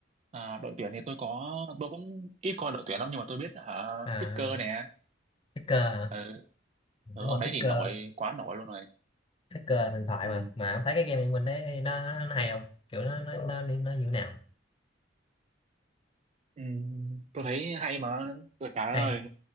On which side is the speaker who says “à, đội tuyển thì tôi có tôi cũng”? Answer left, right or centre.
Right